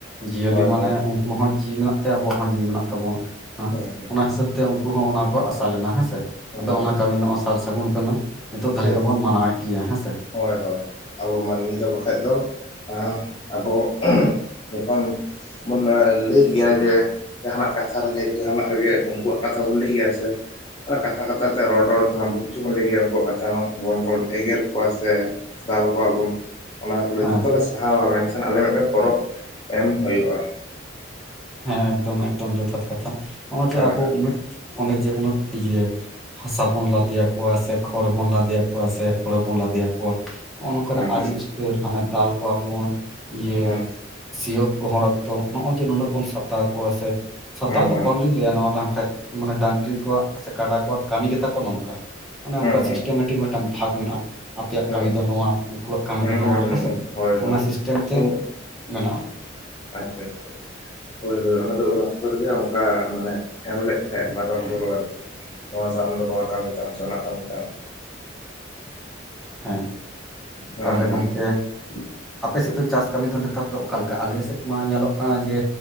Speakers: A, in the centre; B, on the left (about 30°).
A: ᱡᱤᱭᱟᱹᱞᱤ
B: ᱦᱳᱭ ᱦᱳᱭ
A: ᱢᱟᱱᱮ
B: ᱦᱩᱸ
A: ᱩᱱᱠᱩ ᱦᱚᱸ ᱡᱤᱣᱤ ᱢᱮᱱᱟᱜ ᱛᱮ ᱟᱵᱚᱣᱟᱜ ᱦᱚᱸ ᱡᱤᱣᱤ ᱢᱮᱱᱟᱜ ᱛᱟᱵᱚᱱᱟ᱾ ᱦᱟᱸ
B: ᱦᱩᱸ ᱦᱩᱸ
A: ᱚᱱᱟ ᱦᱤᱥᱟᱹᱵ ᱛᱮ ᱛᱮ ᱩᱱᱠᱩ ᱦᱚᱸ ᱚᱱᱟ ᱠᱚ ᱟᱥᱟ ᱞᱮᱱᱟ ᱦᱮᱸᱥᱮ᱾
B: ᱦᱩᱸ
A: ᱟᱫᱚ
B: ᱦᱮᱸ
A: ᱚᱱᱟ ᱠᱟᱹᱢᱤ ᱱᱚᱜ-ᱚᱭ ᱥᱟᱨ ᱥᱟᱹᱜᱩᱱ ᱠᱟᱱᱟ᱾ ᱱᱤᱛᱚᱜ ᱫᱷᱟᱹᱨᱤᱡ
B: ᱦᱮᱸ
A: ᱦᱚᱵᱚᱱ ᱢᱟᱱᱟᱣᱮᱫ ᱜᱮᱭᱟ᱾ ᱦᱟᱸᱜ
B: ᱦᱳᱭ ᱦᱳᱭ, ᱟᱵᱚ ᱢᱟᱹᱱᱢᱤ ᱫᱚ ᱵᱟᱠᱷᱟᱡ ᱫᱚ ᱟᱸ ᱟᱵᱚ ᱡᱚᱠᱷᱚᱱ ᱵᱚᱱ ᱞᱟᱹᱭ ᱜᱮᱭᱟ ᱡᱮ ᱡᱟᱦᱟᱱᱟᱜ ᱠᱟᱛᱷᱟ ᱨᱮᱜᱮ ᱡᱟᱦᱟᱱᱟᱜ ᱨᱮᱜᱮ ᱩᱝᱠᱩᱣᱟᱜ ᱠᱟᱛᱷᱟ ᱵᱚᱱ ᱞᱟᱹᱭ ᱜᱮᱭᱟ ᱥᱮ᱾ ᱚᱱᱟ ᱠᱟᱛᱷᱟ ᱠᱟᱛᱷᱟ ᱛᱮ ᱨᱚᱲ ᱨᱚᱲ ᱛᱮᱦᱚᱸ ᱵᱚᱦᱩᱛ ᱠᱤᱪᱷᱩ ᱵᱚᱱ ᱞᱟᱹᱭ ᱜᱮᱭᱟ ᱩᱝᱠᱩᱣᱟᱜ ᱠᱟᱛᱷᱟ᱾ ᱡᱮᱢᱚᱱ ᱵᱚᱱ ᱮᱜᱮᱨ ᱠᱚᱣᱟ ᱥᱮ ᱫᱟᱞ ᱠᱚᱣᱟ ᱵᱚᱱ ᱚᱱᱟ ᱠᱚᱞᱮ
A: ᱦᱮᱸ
B: ᱡᱷᱚᱛᱚ ᱞᱮ ᱥᱟ ᱥᱟᱦᱟᱣᱟ ᱢᱮᱱᱠᱷᱟᱱ ᱟᱞᱮ ᱢᱮᱴᱮᱱ ᱯᱚᱨᱚᱵᱽ ᱮᱢ ᱦᱩᱭᱩᱜᱼᱟ᱾
A: ᱦᱮᱸ ᱮᱠᱫᱚᱢ ᱮᱠᱫᱚᱢ ᱡᱚᱛᱷᱟᱛ ᱠᱟᱛᱷᱟ, ᱦᱚᱸᱜᱼᱚᱭ
B: ᱦᱳᱭ
A: ᱡᱮ ᱟᱵᱚ
B: ᱦᱳᱭ
A: ᱩᱱᱟᱹᱜ ᱚᱱᱮ ᱡᱮ ᱩᱱᱟᱹᱜ ᱤᱭᱟᱹ ᱦᱟᱥᱟ ᱵᱚᱱ ᱞᱟᱫᱮᱭᱟᱠᱚᱣᱟ ᱥᱮ ᱠᱷᱚᱲ ᱵᱚᱱ ᱞᱟᱫᱮᱭᱟᱠᱚᱣᱟ ᱥᱮ ᱦᱳᱲᱳ ᱵᱚᱱ ᱞᱟᱫᱮᱭᱟᱠᱚᱣᱟ᱾ ᱚᱱᱚᱠᱟᱱᱟᱜ
B: ᱦᱩᱸ
A: ᱟᱹᱰᱤ ᱤᱥᱛᱟᱹᱨ ᱦᱟᱱᱮ ᱫᱟᱞ ᱠᱚᱣᱟ ᱵᱚᱱ ᱤᱭᱟᱹ
B: ᱦᱩᱸ
A: ᱥᱤᱭᱳᱛ ᱜᱚᱦᱚᱲ ᱚᱠᱛᱚ ᱱᱚᱜᱼᱚᱭ ᱡᱮ ᱱᱩᱱᱟᱹᱜ ᱵᱚᱱ ᱥᱟᱛᱟᱣ ᱠᱚᱣᱟ ᱥᱮ ᱥᱟᱛᱟᱣ
B: ᱦᱩᱸ ᱦᱩᱸ ᱦᱩᱸ
A: ᱫᱚ ᱵᱟᱝᱞᱤᱧ ᱞᱟᱹᱭᱟ ᱱᱚᱣᱟ ᱫᱚ ᱟᱝ ᱠᱷᱟᱡ ᱢᱟᱱᱮ ᱰᱟᱝᱨᱤ ᱠᱚᱣᱟᱜ ᱥᱮ ᱠᱟᱰᱟ ᱠᱚᱣᱟᱜ ᱠᱟᱹᱢᱤ ᱜᱮᱛᱟ ᱠᱚ ᱱᱚᱝᱠᱟ᱾ ᱚᱱᱮ ᱚᱝᱠᱟ
B: ᱦᱩᱸ ᱦᱩᱸ
A: ᱥᱤᱥᱴᱮᱢᱮᱴᱤᱠ ᱢᱤᱫᱴᱟᱱ ᱵᱷᱟᱜᱽ ᱢᱮᱱᱟᱜᱼᱟ᱾ ᱟᱯᱮᱭᱟᱜ
B: ᱦᱩᱸ
A: ᱠᱟᱹᱢᱤ ᱫᱚ ᱱᱚᱣᱟ, ᱱᱩᱠᱩᱣᱟᱜ ᱠᱟᱹᱢᱤ
B: ᱦᱩᱸ
A: ᱫᱚ
B: ᱦᱩᱸ
A: ᱱᱚᱣᱟ
B: ᱦᱩᱸ ᱦᱩᱸ
A: ᱦᱮᱸᱥᱮ,
B: ᱦᱳᱭ ᱦᱳᱭ
A: ᱚᱱᱟ ᱥᱤᱥᱴᱮᱢ ᱛᱮ
B: ᱩᱸ
A: ᱢᱮᱱᱟᱜᱼᱟ᱾
B: ᱟᱪᱪᱷᱟ ᱟᱪᱪᱷᱟ᱾ ᱦᱳᱭ ᱦᱳᱭ ᱚᱱᱟᱫᱚ ᱩᱱ ᱚᱠᱛᱚ ᱨᱮᱜᱮ ᱚᱱᱠᱟ ᱢᱟᱱᱮ ᱮᱢ ᱞᱮᱫ ᱛᱟᱦᱮᱸᱜ ᱢᱟᱨᱟᱝ ᱵᱩᱨᱩ ᱟᱨᱠᱤ᱾ ᱱᱚᱣᱟ ᱫᱚ ᱟᱢ ᱫᱚ ᱱᱚᱣᱟ ᱠᱟᱹᱢᱤ ᱛᱟᱢ ᱥᱮ ᱚᱱᱟ ᱠᱟᱹᱢᱤ ᱛᱟᱢ᱾
A: ᱦᱮᱸ,
B: ᱦᱮᱸ
A: ᱛᱟᱦᱞᱮ
B: ᱦᱮᱸ
A: ᱜᱚᱝᱠᱮ ᱟᱯᱮ ᱥᱮᱫ ᱫᱚ ᱪᱟᱥ ᱠᱟᱹᱢᱤ ᱫᱚ ᱱᱮᱛᱟᱨ ᱫᱚ ᱚᱠᱟ ᱞᱮᱠᱟ? ᱟᱞᱮ ᱥᱮᱫ ᱢᱟ ᱧᱮᱞᱚᱜ ᱠᱟᱱᱟ ᱡᱮ